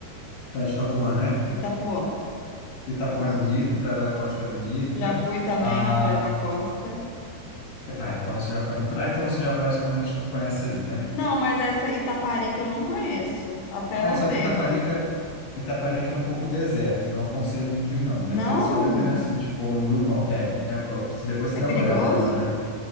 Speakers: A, on the left; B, on the left.
A: Praia de Itapuã, né?
B: Itapuã.
A: Itapuã
B: Isso.
A: é bonita, Praia da Costa é bonita.
B: Já fui também
A: Ah,
B: na Praia da Costa.
A: Ah, então você já conhece. Praia, então você já mais ou menos conhece ali, né?
B: Não, mas essa Itapari que eu não conheço. Até
A: É,
B: anotei
A: só que Itaparica,
B: aqui.
A: Itaparica é um pouco deserto, não aconselho muito ir, não.
B: Não,
A: Depende, só depende assim, se for um grupão. É, é, é, se depois você
B: é
A: dá
B: perigoso?
A: uma olhada ali na praia. Ita-